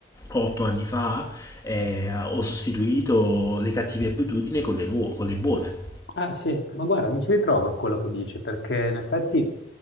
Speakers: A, on the left; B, on the left.
A: otto anni fa, eh, ho sostituito le cattive abitudini con le, nuo- con le buone.
B: Ah sì, ma guarda, mi ci ritrovo in quello che dici, perché in effetti